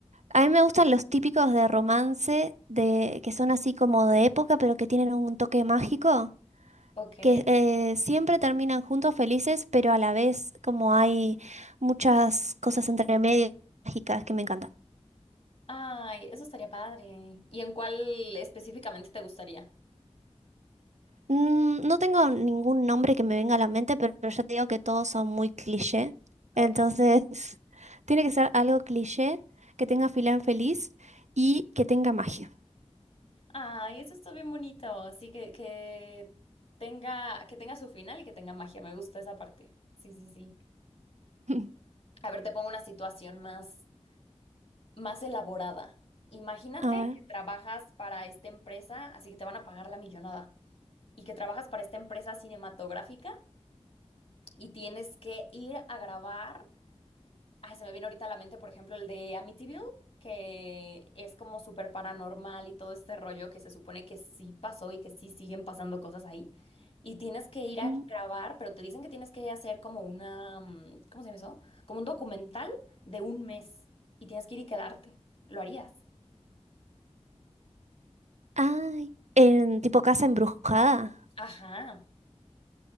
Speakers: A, on the right (about 85°); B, on the left (about 55°).
A: a mí me gustan los típicos de romance, de, que son así como de época, pero que tienen un toque mágico,
B: Ok.
A: que eh, siempre terminan juntos felices, pero a la vez como hay muchas cosas entre medio mágicas que me encantan.
B: Ay, eso estaría padre. ¿Y en cuál específicamente te gustaría?
A: Mm, no tengo ningún nombre que me venga a la mente, pero ya te digo que todos son muy cliché. Entonces,
B: Ok.
A: <laughs> tiene que ser algo cliché, que tenga filán feliz y que tenga magia.
B: Ay, eso está bien bonito. Así que, que tenga, que tenga su final y que tenga magia. Me gusta esa parte. Sí, sí, sí.
A: <laughs>
B: A ver, te pongo una situación más, más elaborada. Imagínate
A: A ver.
B: que trabajas para esta empresa, así que te van a pagar la millonada. Y que trabajas para esta empresa cinematográfica y tienes que ir a grabar. Ay, se me viene ahorita a la mente, por ejemplo, el de Amityville, que es como súper paranormal y todo este rollo que se supone que sí pasó y que sí siguen pasando cosas ahí. Y tienes que ir a
A: mm,
B: grabar, pero te dicen que tienes que hacer como una, mm, ¿cómo se llama eso? Como un documental de un mes y tienes que ir y quedarte. ¿Lo harías?
A: Ay, en tipo casa embrujada.
B: Ajá,